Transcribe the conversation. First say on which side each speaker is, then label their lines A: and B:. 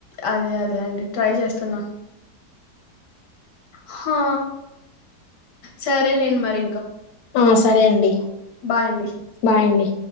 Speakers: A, on the left (about 85°); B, on the left (about 70°).
A: అదే అదే అండి ట్రై చేస్తున్నా హా సరేలేండి మరి
B: ఆ సరే అండి
A: బాయండి
B: బాయండి